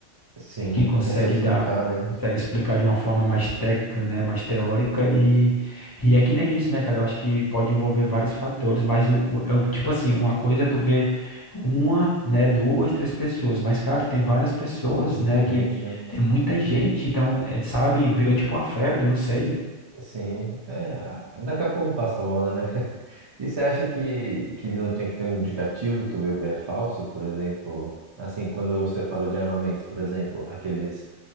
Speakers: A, on the right; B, on the left.
A: Sim,
B: que consegue
A: consegue explicar,
B: dar,
A: né?
B: consegue explicar de uma forma mais técnica, né, mais teórica e, e é que nem isso, né, cara? Eu acho que pode envolver vários fatores, mas o, o- é o tipo assim, uma coisa é tu ver uma, né, duas, três pessoas, mas cara, tem várias pessoas,
A: Muita
B: né,
A: gente,
B: que
A: né?
B: tem muita gente,
A: E aí,
B: então, é, sabe, virou tipo uma febre, não sei.
A: sim, é, daqui a pouco passa a moda, né? <laughs> E você acha que, que não tinha que ter um indicativo que o bebê é falso, por exemplo? Assim, quando você fala de armamento, por exemplo, aqueles